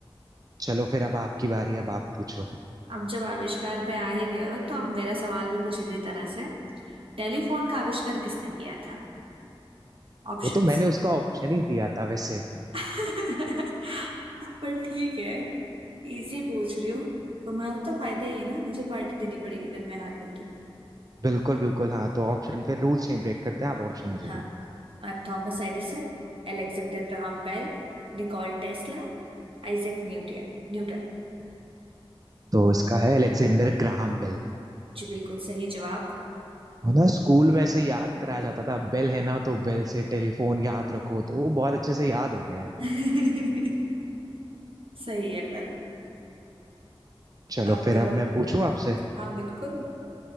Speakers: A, on the right (about 40°); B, on the right (about 70°).
A: चलो फिर अब आपकी बारी अब आप पूछो
B: अब जब आविष्कार पे आ ही गए हो तो अब मेरा सवाल भी कुछ इसी तरह से टेलीफोन का आविष्कार किसने किया था ऑप्शंस
A: वो तो मैंने उसका ऑप्शन ही दिया था वैसे
B: <laughs> पर ठीक है इजी पूछ रही हूँ तुम्हारा तो फायदा ही है ना मुझे पार्टी देनी पड़ेगी अगर मैं हार गई तो
A: बिल्कुल बिल्कुल हाँ तो ऑप्शन पे रूल्स नहीं ब्रेक करते आप ऑप्शन दे
B: हाँ
A: दीजिए
B: Thomas Edison Alexander Graham Bell Nikola Tesla Isaac Newton Newton
A: तो इसका है अलेक्जेंडर ग्राहम बेल
B: Ji बिल्कुल सही जवाब
A: है ना स्कूल में ऐसे याद कराया जाता था बेल है ना तो बेल से टेलीफोन याद रखो तो वो बहुत अच्छे से याद हो गया है
B: <laughs> सही है पर
A: चलो
B: अब
A: फिर अब मैं पूछूं आपसे
B: हाँ बिल्कुल